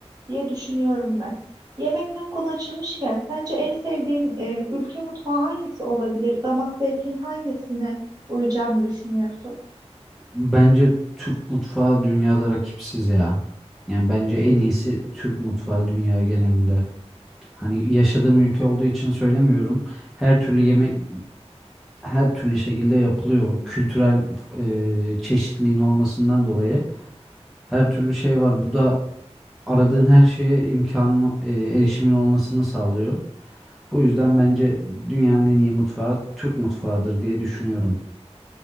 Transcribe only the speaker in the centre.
Bence Türk mutfağı dünyada rakipsiz ya. Yani bence en iyisi Türk mutfağı dünya genelinde. Hani yaşadığım ülke olduğu için söylemiyorum. Her türlü yemek her türlü şekilde yapılıyor. Kültürel e, çeşitliliğin olmasından dolayı her türlü şey var. Bu da aradığın her şeye imkanın e, erişimin olmasını sağlıyor. Bu yüzden bence dünyanın en iyi mutfağı Türk mutfağıdır diye düşünüyorum.